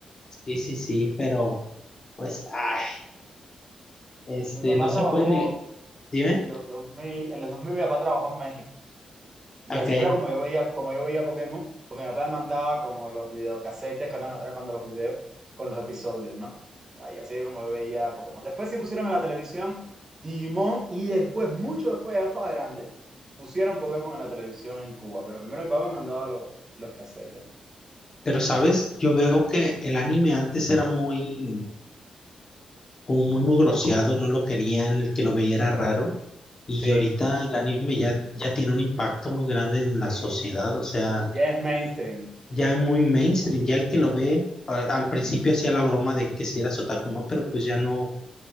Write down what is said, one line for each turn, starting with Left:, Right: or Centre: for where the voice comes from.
Left: Sí, sí, sí, pero pues, ay, este,
Right: Mi papá
Left: no se
Right: trabajó
Left: puede ni... Dime,
Right: en los 2000 en los dos mil mi papá trabajó en México. Y
Left: ok,
Right: así fuera como yo veía, como yo veía Pokémon, porque mi papá me mandaba como los videocasetes, que no era cuando los videos, con los episodios, ¿no? Y así era como yo veía Pokémon. Después sí pusieron en la televisión Digimon y después, mucho después, yo estaba grande, pusieron Pokémon en la televisión en Cuba, pero primero mi papá me mandaba los, los casetes, ¿no?
Left: pero sabes, yo veo que el anime antes era muy como muy mugroseado, no lo querían, el que lo veía era raro. Y
Right: Sí,
Left: ahorita el anime ya, ya tiene un impacto muy grande en
Right: sí,
Left: la sociedad, o sea,
Right: ya es mainstream.
Left: ya es muy mainstream, ya el que lo ve, a- al, principio hacía la broma de que si eras otaku o no, pero pues ya no,